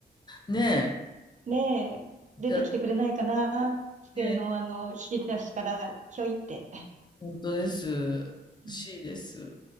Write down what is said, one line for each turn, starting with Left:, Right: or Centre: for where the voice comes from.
Left: ー。ねえ。
Right: ねえ出てきてくれないかな机のあの、
Left: じゃ、ね、
Right: 引き出しから、ひょいって。
Left: 本当です。欲しいです。
Right: うん